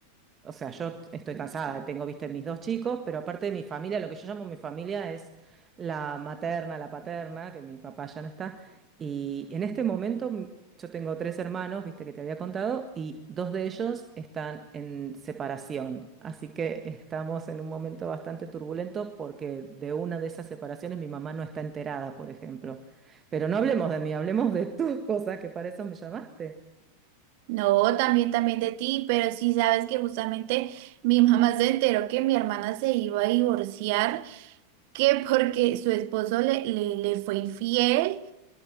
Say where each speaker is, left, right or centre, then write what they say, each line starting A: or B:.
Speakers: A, on the right; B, on the right.
A: O sea, yo estoy cansada, tengo, viste, mis dos chicos, pero aparte de mi familia, lo que yo llamo mi familia es la materna, la paterna, que mi papá ya no está. Y en este momento mm, yo tengo tres hermanos, viste, que te había contado, y dos de ellos están en separación. Así que estamos en un momento bastante turbulento porque de una de esas separaciones mi mamá no está enterada, por ejemplo. Pero no hablemos de mí, hablemos de tus cosas, que para eso me llamaste.
B: No, también, también de ti, pero sí sabes que justamente mi mamá se enteró que mi hermana se iba a divorciar, que porque su esposo le, le le fue infiel.